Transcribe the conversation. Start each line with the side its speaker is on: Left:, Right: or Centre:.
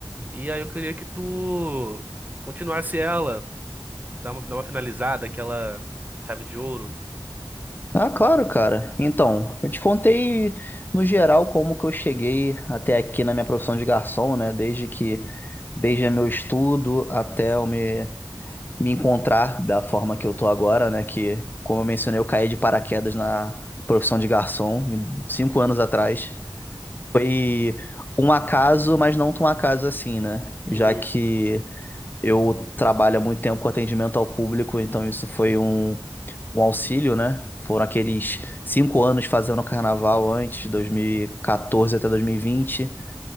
Right: E aí eu queria que tu continuasse ela, dar uma, dar uma finalizada, aquela chave de ouro.
Left: Ah, claro, cara. Então, eu te contei no geral como que eu cheguei até aqui na minha profissão de garçom, né? Desde que, desde meu estudo até eu me, me encontrar da forma que eu tô agora, né? Que, como eu mencionei, eu caí de paraquedas na profissão de garçom em- cinco anos atrás. Foi um acaso, mas não tão acaso assim, né?
Right: Uhum.
Left: Já que Eu trabalho há muito tempo com atendimento ao público, então isso foi um, um auxílio, né? Foram aqueles cinco anos fazendo carnaval antes, 2014 até 2020.